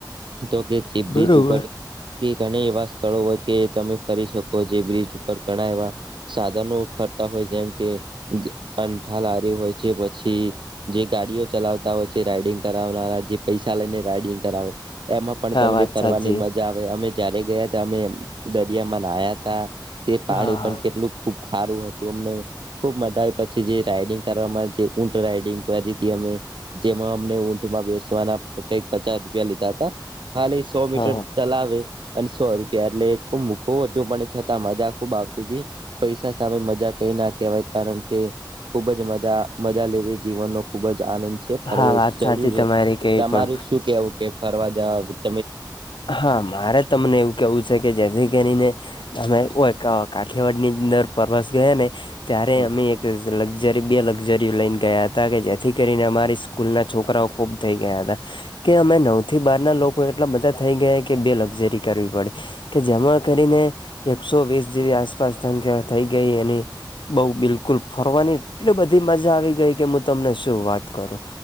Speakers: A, on the right (about 80°); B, on the left (about 80°).
A: તો કે ચીપ
B: બરોબર
A: બીચ ઉપર કે ઘણે એવા સ્થળો હોય, કે તમે ફરી શક <unintelligible> જે બ્રિજ ઉપર ઘણા એવા સાધનો ફરતા હોય, જેમ કે કંઠા લારી હોય છે, પછી જે ગાડીઓ ચલાવતા હોય છે, રાઈડિંગ કરાવનારા જે પૈસા લઈને રાઈડિંગ કરાવે, એમાં પણ
B: હા
A: તમને
B: વાત
A: ફરવાની
B: સાચી
A: મજા આવ અમે જયારે ગયાતા અમે દરિયા માં નાયાતા તે પાણી
B: હા
A: પણ કેટલુ ખુબ ખારું હતુ અમને ખુબ મજા આવે પછી જે રાઈડિંગ કરવામાં જે ઊંટ રાઈડિંગ કરી હતી, અમે જેમાં અમને ઊંટમાં બેસવાના કાઈ પચાસ રૂપિયા લીધા તા, ખાલી સો મીટર
B: હા
A: ચલાવે અને સો રૂપિયા, એટલે એ ખૂબ મૂકો હતો પણ છતા, મજા ખુબ આવતી તી. પૈસા સામે મજા કંઈ ના કહેવાય, કારણ કે ખૂબ જ મજા-મજા લેવી જીવનનો ખૂબ જ આનંદ છે, ફરવો
B: હા
A: એક
B: વાત
A: જરૂર
B: સાચી તમારી
A: હે
B: કઈ
A: તમારુ
B: પણ
A: શું કેવું કે ફરવા જાવા
B: હા, મારે તમને એવું કેવું છે, કે જેથી કરીને અમે કો કાઠિયાવાડ ની અંદર પ્રવાસ ગયા ને ત્યારે
A: છો
B: અમે એક લક્ઝરી બે લક્ઝરીઓ લઈને ગયા હતા, કે જેથી કરીને અમારી સ્કૂલના છોકરાઓ ખૂબ થઈ, ગયા હતા. કે અમે નવ થી બાર ના લોકો એટલા બધા થઈ ગયા કે બે લક્ઝરી કરવી પડે કે જમા કરીને એકસો વીસ જેવી આસપાસ સંખ્યા થઈ ગઈ. એની બહું બિલકુલ ફરવાની એટલી બધી મજા આવી ગઈ. કે હું તમને શું વાત કરુ